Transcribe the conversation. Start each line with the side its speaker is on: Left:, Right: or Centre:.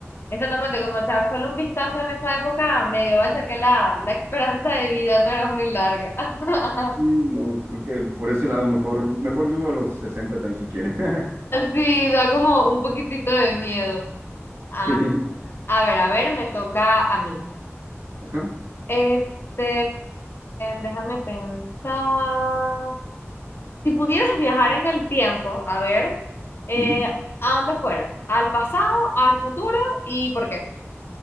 Left: exactamente como echar solo un vistazo en esa época medieval, ya que la, la esperanza de vida no era muy larga. <laughs>
Right: Sí, no, creo que por ese lado mejor, mejor vivo a los 60 tan siquiera. <laughs>
Left: Sí, da como un poquitito de miedo. Ah,
Right: Sí,
Left: a ver, a ver, me toca a mí.
Right: ajá.
Left: Este, déjame pensar. Si pudieras viajar en el tiempo, a ver, eh,
Right: ujú.
Left: ¿a dónde fuera? ¿Al pasado, al futuro y por qué?